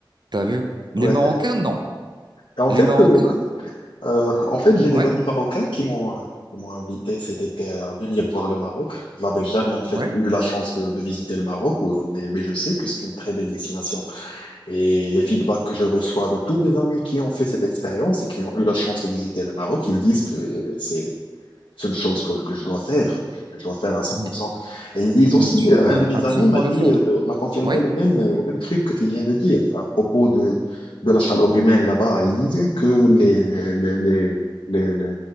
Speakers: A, on the right (about 60°); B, on the left (about 90°).
A: T'as vu? Les
B: ouais.
A: Marocains, non.
B: Et en
A: Les
B: fait,
A: Marocains,
B: euh, euh, en fait, j'ai des
A: ouais,
B: amis marocains qui m'ont euh, qui m'ont invité cet été à venir voir le Maroc. Je n'avais jamais en fait
A: ouais,
B: eu la chance de, de visiter le Maroc, ou- mais, mais je sais que c'est une très belle destination. Et les feedbacks que je reçois de tous mes amis qui ont fait cette expérience et qui ont eu la chance de visiter le Maroc, ils disent que c'est seule chose que, que je dois faire, que je dois faire à 100%.
A: mais,
B: Et ils disent
A: mais
B: aussi,
A: tu
B: euh,
A: dois
B: un de mes
A: absolument
B: amis m'a dit,
A: le faire.
B: euh, m'a confirmé
A: Ouais,
B: le même, euh, le même truc que tu viens de dire à propos de, de la chaleur humaine là-bas. Il disait que les, les, les, les, les,